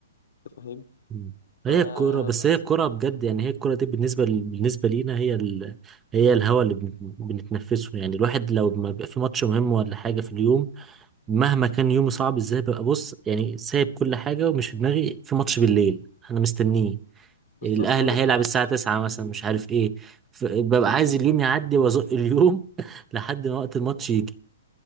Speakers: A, on the left (about 70°); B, on the right (about 20°).
A: انت فاهم
B: مم. هي
A: فبس
B: الكورة بس هي الكورة بجد يعني هي الكورة دي بالنسبة ل... بالنسبة لينا هي ال... هي الهوا اللي بن... بنتنفسه يعني الواحد لو ما بيبقى في ماتش مهم ولا حاجة في اليوم مهما كان يومي صعب ازاي ببقى بص يعني سايب كل حاجة ومش في دماغي في ماتش بالليل انا مستنيه
A: بالظبط
B: الاهلي
A: هو ده
B: هيلعب
A: الدوبامين
B: الساعة
A: بتاعنا
B: 9 مثلا مش عارف ايه ف- ببقى عايز اليوم يعدي وازق اليوم <laughs> لحد ما وقت الماتش يجي